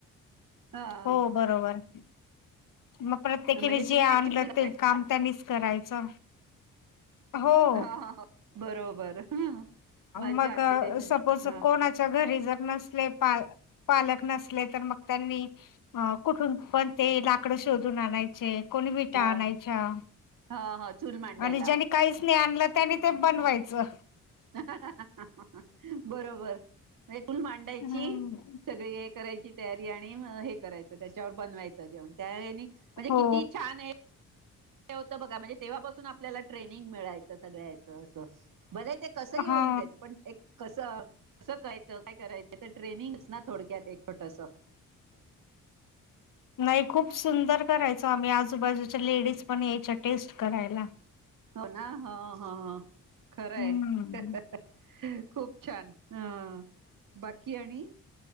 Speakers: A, on the right; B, on the left.
A: हा
B: हो बरोबर. मग प्रत्येकीने
A: म्हणजे तुम्ही
B: जे आणलं
A: ऍक्च्युअली करायचा
B: ते काम त्यांनीच करायचं. हो
A: हा ह हो बरोबर. मज्जा
B: मग
A: किती छान
B: सपोज
A: हा
B: कोणाच्या घरी जर नसले पाल पालक नसले तर मग त्यांनी कुठून पण ते लाकड शोधून आणायचे. कोणी विटा
A: हा
B: आणायच्या.
A: हा हा. चूल मांडायला
B: आणि ज्यांनी काहीच नाही आणलं, त्यानी ते बनवायचं.
A: हा हा हा हा अ बरोबर. चुल मांडायची
B: हम्म
A: सगळी हे करायची तयारी आणि हे करायचं त्याच्यावर बनवायचं. जेवण त्यावेळी म्हणजे
B: हो
A: किती छान आहे. ते होतं बघा म्हणजे तेव्हापासून आपल्याला ट्रेनिंग मिळायचं सगळ्याचं असं. भले ते कसंही येऊन
B: हा
A: देत पण एक. कसं कसं करायचं काय करायचं तर ट्रेनिंगच ना थोडक्यात एक छोटसं असं.
B: नाही खूप सुंदर करायचं. आम्ही आजूबाजूच्या लेडीज पण यायच्या टेस्ट करायला.
A: हो ना ह ह खरं
B: हम्म
A: आहे, हा हा. खूप छान ह बाकी आणि.